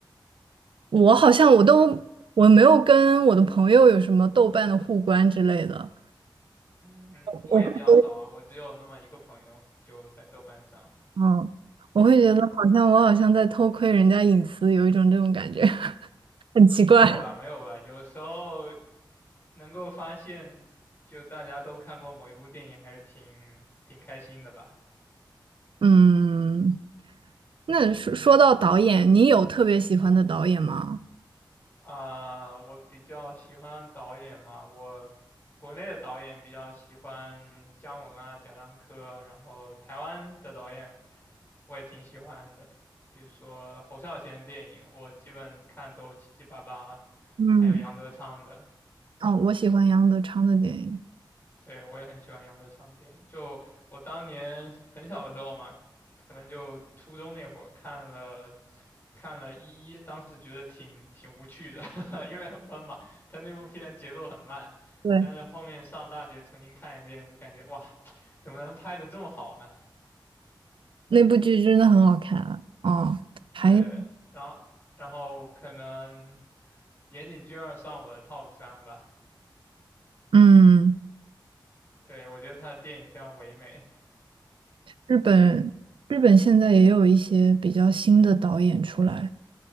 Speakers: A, on the right; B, on the left.
A: 我好像我都我没有跟我的朋友有什么豆瓣的互关之类的，
B: <laughs> 嗯，我也比较少啊，
A: 我会觉得，
B: 我只有那么一个朋友，就在豆瓣上。
A: 嗯，我会觉得好像我好像在偷窥人家隐私，
B: 对，
A: 有一种这种感觉，<laughs> 很奇怪。
B: 没有吧，没有吧，有时候能够发现，就大家都看过某一部电影，还是挺挺开心的吧。
A: 嗯，那说说到导演，你有特别喜欢的导演吗？
B: 啊，我比较喜欢导演嘛，我国内的导演比较喜欢姜文啊、贾樟柯，然后台湾的导演我也挺喜欢的，比如说侯孝贤的电影，我基本看都七七八八，
A: 嗯，
B: 还有杨德昌的，
A: 哦，我喜欢杨德昌的电影。
B: 对，我也很喜欢杨德昌的电影。就我当年很小的时候嘛，可能就初中那会儿看了看了一一，当时觉得挺挺无趣的，<laughs> 因为很闷嘛。他那部片节奏很慢，
A: 对，
B: 但是后面上大学重新看一遍，就感觉哇，怎么能拍的这么好呢？
A: 那部剧真的很好看啊！哦，还
B: 对，然后然后可能岩井俊二算我的 top 三吧。
A: 嗯，
B: 对，我觉得他的电影非常唯美。
A: 日本日本现在也有一些比较新的导演出来